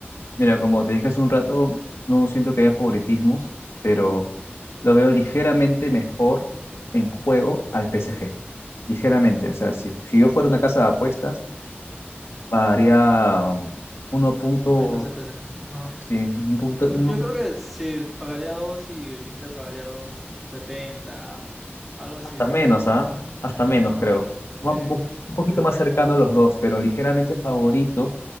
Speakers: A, on the left (about 85°); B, in the centre.
A: Mira, como te dije hace un rato, no siento que haya favoritismos, pero lo veo ligeramente mejor en juego al PSG. Ligeramente, o sea, si, si yo fuera una casa de apuestas, pagaría uno punto,
B: Menos el PSG. ajá.
A: sí, un poquito,
B: No,
A: un-
B: yo creo que si pagaría dos y el Inter pagaría dos setenta algo así,
A: hasta
B: ¿sabes?
A: menos, ¿ah? Hasta menos,
B: Ajá,
A: creo.
B: sí.
A: Ma- Un po- un poquito más cercano a los dos, pero ligeramente favorito